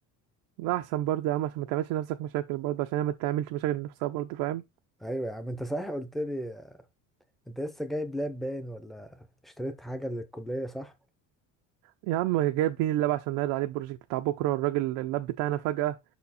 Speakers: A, on the right (about 80°); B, in the centre.
A: لا احسن برضه يا عم عشان ما تعملش نفسك مشاكل برضه عشان هي ما تعملش مشاكل لنفسها برضه فاهم
B: ايوه يا عم انت صحيح قلت لي انت لسه جايب لاب باين ولا اشتريت حاجة للكلية صح؟
A: يا عم جايب مين اللاب عشان نعرض عليه البروجكت بتاع بكرة والراجل اللاب بتاعنا فجأة